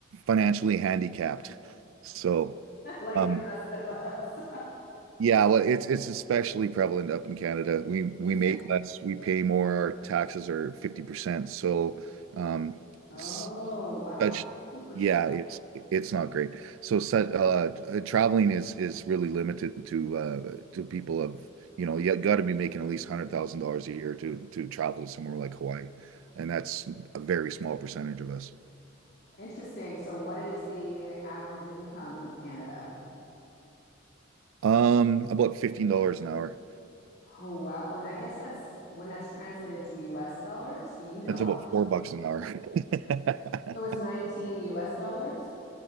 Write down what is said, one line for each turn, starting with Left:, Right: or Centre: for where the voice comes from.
Right: financially handicapped, so.
Left: Like
Right: Um,
Left: the rest of us.
Right: Yeah, well, it's it's especially prevalent up in Canada. We we
Left: <laughs> Is
Right: make
Left: it?
Right: less, we pay more, our taxes are 50%. So, um,
Left: Oh,
Right: s-
Left: wow.
Right: such
Left: 50%.
Right: yeah, it's it's not great. So, such uh, uh, traveling is is really limited to uh to people of, you know, you got to be making at least $100,000 a year to to travel to somewhere like Hawaii, and that's a very small percentage of us.
Left: Interesting. So, what is the average income in Canada?
Right: Um, about $15 an hour.
Left: Oh, wow. Oh, and I guess that's when that's translated to US dollars. Do you know
Right: That's
Left: off
Right: about
Left: the
Right: four
Left: top?
Right: bucks an hour. <laughs>
Left: So it's 19 US dollars?